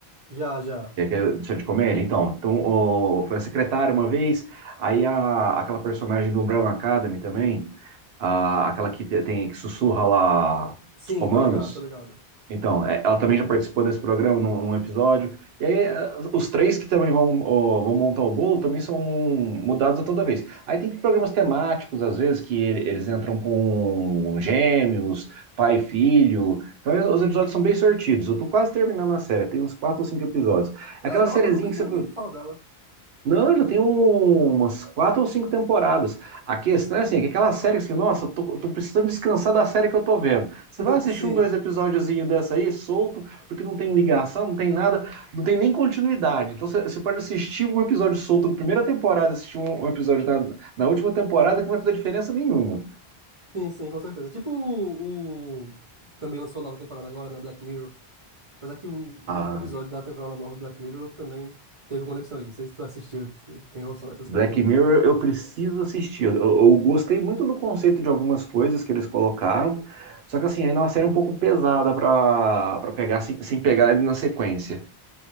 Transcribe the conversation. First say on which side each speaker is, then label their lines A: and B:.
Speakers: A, on the right; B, on the right.
A: Já, já.
B: E aquela edição de comédia, então. Então, o- foi a secretária uma vez, aí a, aquela personagem do Umbrella Academy também, a, aquela que te- tem que sussurra lá
A: Sim,
B: os comandos.
A: tô ligado, tô ligado.
B: Então, é, ela
A: Aqui.
B: também já participou desse programa num, num episódio. E aí, eh, os três que também vão, ó, vão montar o bolo também são mudados a toda vez. Aí tem programas temáticos, às vezes, que ele- eles entram com gêmeos, pai e filho. Então, eh, os episódios são bem sortidos. Eu tô quase terminando a série, tem uns quatro ou cinco episódios.
A: Ela
B: Aquela
A: é nova?
B: sériezinha
A: Eu Nunca tinha
B: que você.
A: ouvido falar dela.
B: Não, já tem um- umas quatro ou cinco temporadas. A questão é assim, é que aquela série assim, nossa, tô, tô precisando descansar da série que eu tô vendo. Você
A: <laughs>
B: vai assistir
A: Sim,
B: um, dois episódiozinho dessa aí, solto, porque não tem ligação, não tem nada, não tem nem continuidade. Então você você pode assistir um episódio solto da primeira temporada, assistir um, um episódio na, na última temporada que não vai fazer diferença nenhuma.
A: sim, sim, com certeza. Tipo o... o- que Também lançou a nova temporada agora, né? Black Mirror. Apesar que o último
B: Ah,
A: episódio da temporada nova do Black Mirror também teve conexão ali. Não sei se tu assistiu, tu tem noção dessas
B: Black
A: coisas, mas
B: Mirror
A: enfim.
B: eu preciso assistir. Eu, eu gostei muito do conceito de algumas coisas que eles colocaram, só que assim, ainda é uma série um pouco pesada pra para pegar sem, sem pegar ele na sequência.